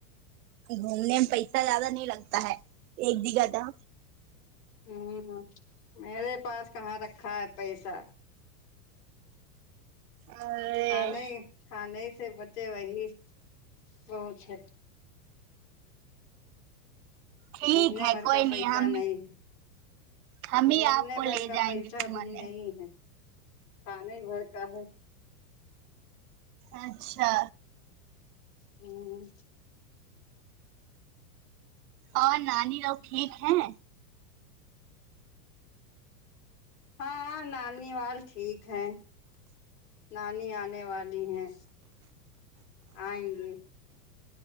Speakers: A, on the right; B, on the left.
A: گھومنے میں پیسہ زیادہ نہیں لگتا ہے ایک دگا دا
B: ہوں میرے پاس کہاں رکھا ہے پیسہ
A: ارے
B: کھانے کھانے سے بچے وہی بہت ہے
A: ٹھیک
B: گھومنے
A: ہے
B: بھر
A: کوئی
B: کا پیسہ
A: ہم
B: نہیں ہے
A: ہم ہی
B: گھومنے
A: آپ کو لے
B: بھر کا
A: جائیں
B: پیسہ
A: گے گھمانے
B: بھی نہیں ہے کھا نہیں بھرکا ہے
A: اچھا
B: ہاں
A: اور نانی لوگ ٹھیک ہیں
B: ہاں ہاں نانی وال ٹھیک ہے نانی آنے والی ہے آئیں گے